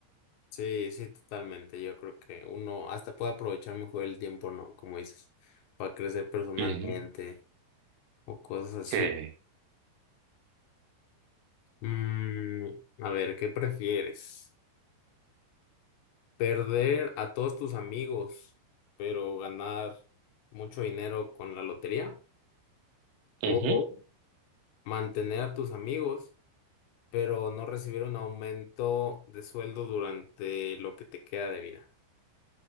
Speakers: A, on the left; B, on the right.
A: Sí, sí, totalmente. Yo creo que uno hasta puede aprovechar mejor el tiempo, ¿no? Como dices, para crecer personalmente
B: Ujú.
A: o cosas así.
B: Sí.
A: Mm, a ver, ¿qué prefieres? ¿Perder a todos tus amigos, pero ganar mucho dinero con la lotería? ¿O
B: Ujú.
A: mantener a tus amigos, pero no recibir un aumento de sueldo durante lo que te queda de vida?